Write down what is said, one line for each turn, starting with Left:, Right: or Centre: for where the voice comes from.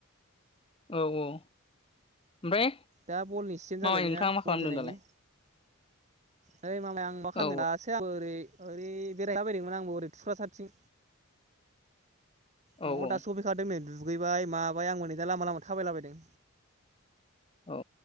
Left: औ औ। ओमफ्राय
Right: दा बलनि सिजेन
Left: मामाय
Right: जालायबायना
Left: नोंथाङा मा
Right: बल
Left: खालामदों
Right: जोनायनि।
Left: दालाय
Right: नोय मामाय आं मा खालामदों
Left: औ
Right: दासो आंबो ओरै ओरै बेरायहैला बायदोंमोन आंबो ओरै थुख्रासारथिं न'आवनो
Left: औ औ
Right: दासो सौफै खादों नै। दुगैबाय माबाय आंबो नै दा लामा लामा थाबायलाबायदों।
Left: औ